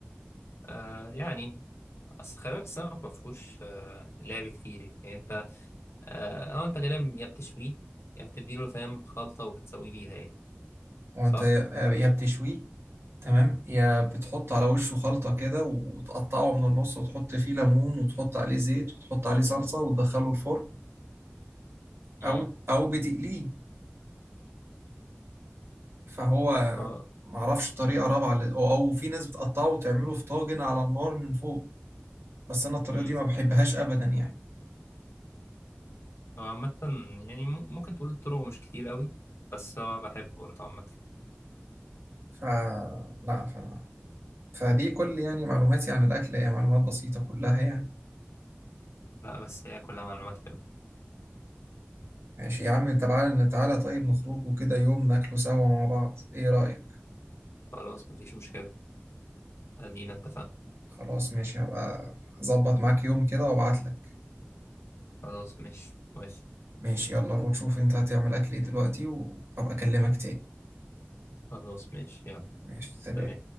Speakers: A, on the left (about 75°); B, on the right (about 65°).
A: آه يعني اصل خلي بالك السمك ما فيهوش آه، لعب كتير يعني انت اه آه، انت غالبا يا بتشويه يا بتديله فاهم خلطة وبتسويه بيها يعني
B: هو
A: صح؟
B: أنت يا يا بتشويه تمام يا بتحط على وشه خلطة كده وتقطعه من النص وتحط فيه ليمون وتحط عليه زيت وتحط عليه صلصة وتدخله الفرن
A: امم
B: أو أو بتقليه فهو
A: صح
B: معرفش طريقة رابعة ل- أو أو في ناس بتقطعه وتعمله في طاجن على النار من فوق بس أنا الطريقة
A: امم
B: دي ما بحبهاش أبدا يعني
A: هو عامة يعني مم- ممكن تقول طرقه مش كتير قوي بس هو بحبه برضه عامة
B: فلا فلا فدي كل يعني معلوماتي عن الأكل هي معلومات بسيطة كلها يعني
A: لا بس هي كلها معلومات حلوة
B: ماشي يا عم تعالى تعالى طيب نخرج وكده يوم ناكله سوا مع بعض إيه رأيك؟
A: خلاص مفيش مشكلة ادينا اتفقنا
B: خلاص ماشي هبقى اظبط معاك يوم كده وابعت لك
A: خلاص ماشي ماشي
B: ماشي يلا روح شوف انت هتعمل اكل ايه دلوقتي وابقى اكلمك تاني
A: خلاص ماشي يلا
B: ماشي سلام
A: سلام.